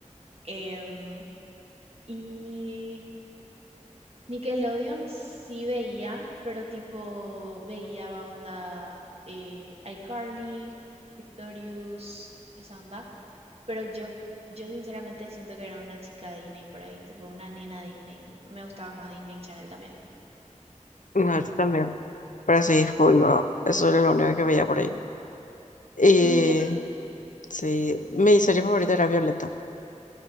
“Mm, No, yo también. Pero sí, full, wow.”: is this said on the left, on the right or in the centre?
Left